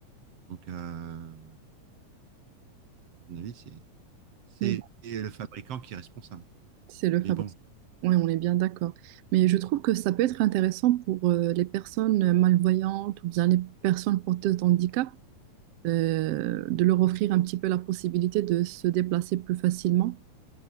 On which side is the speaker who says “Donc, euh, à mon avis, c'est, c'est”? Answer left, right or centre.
Right